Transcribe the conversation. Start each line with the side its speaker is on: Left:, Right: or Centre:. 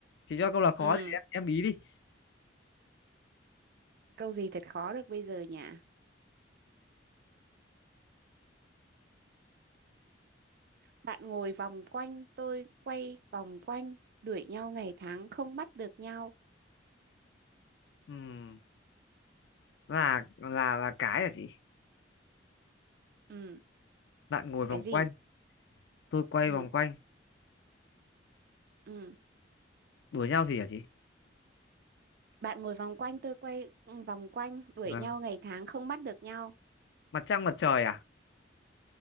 Left: Chị cho câu là khó
Right: ừ
Left: thì em em bí đi.
Right: câu gì thật khó được bây giờ nhỉ bạn ngồi vòng quanh tôi quay vòng quanh đuổi nhau ngày tháng không bắt được nhau
Left: Ừm, là là là cái hả chị?
Right: ừ
Left: Bạn ngồi vòng
Right: cái gì
Left: quanh, tôi quay
Right: ừ
Left: vòng quanh
Right: ừ
Left: đuổi nhau gì hả chị
Right: Bạn ngồi vòng quanh tôi quay ừ, vòng quanh đuổi
Left: vâng
Right: nhau ngày tháng không bắt được nhau.
Left: mặt trăng mặt trời à